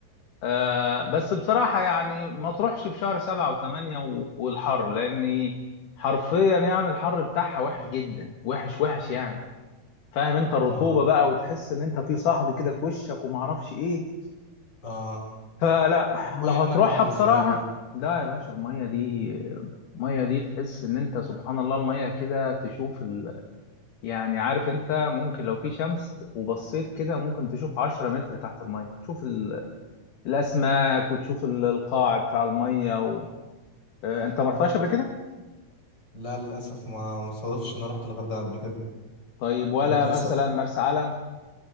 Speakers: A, on the left; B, on the left.
A: آه بس بصراحه يعني ما تروحش في شهر سبعة وثمانية و- والحر لاني حرفيا يعني الحر بتاعها وحش جدا وحش وحش يعني فاهم انت الرطوبه
B: اه
A: بقى وتحس ان انت في صهد كده في وشك وما اعرفش ايه
B: اه
A: فلا
B: والمية
A: لو هتروحها
B: هناك عاملة ازاي
A: بصراحه
B: بقى
A: لا يا باشا الميه دي الميه دي تحس ان انت سبحان الله الميه كده تشوف ال... يعني عارف انت ممكن لو في شمس وبصيت كده ممكن تشوف 10 متر تحت الميه تشوف ال... الاسماك وتشوف ال- القاع بتاع الميه و... اه، انت ما رحتهاش قبل كده
B: لا للاسف ما مصادفش إن انا رحت الغردقة قبل كده
A: طيب ولا
B: بتأس...
A: مثلا مرسى علم